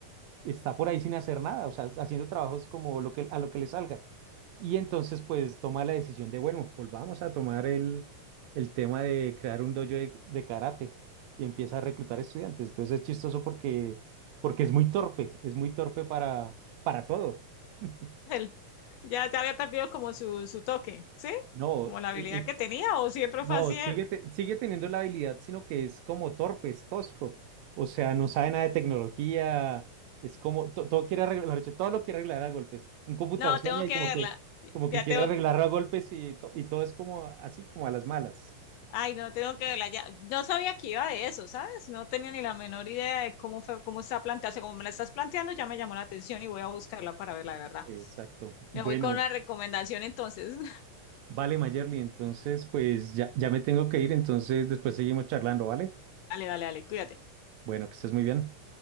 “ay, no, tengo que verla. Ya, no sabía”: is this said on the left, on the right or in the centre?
Left